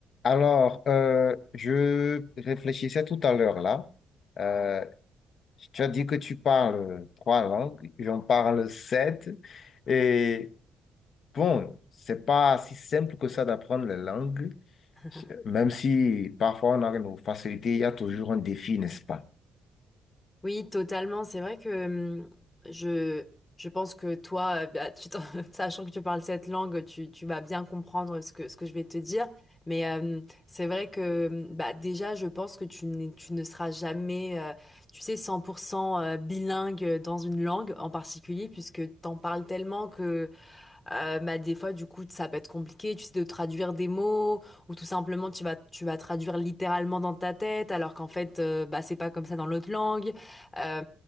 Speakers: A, on the left; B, on the left.
A: Alors, euh, je réfléchissais tout à l'heure là. Euh, tu as dit que tu parles trois langues, j'en parle sept. Et bon, c'est pas si simple que ça d'apprendre les langues,
B: Mhm.
A: même si parfois on a nos facilités, il y a toujours un défi, n'est-ce pas?
B: Oui, totalement. C'est vrai que hum, je, je pense que toi, euh, bah, tu t'en- <laughs> sachant que tu parles cette langue, tu, tu vas bien comprendre ce que, ce que je vais te dire. Mais euh, c'est vrai que hum, bah, déjà, je pense que tu, n'es- tu ne seras jamais, euh, tu sais, 100% euh, bilingue dans une langue en particulier, puisque t'en parles tellement que euh, bah, des fois, du coup, ça peut être compliqué, tu sais, de traduire des mots, ou tout simplement, tu vas, tu vas traduire littéralement dans ta tête, alors qu'en fait, euh, bah, c'est pas comme ça dans l'autre langue. Euh,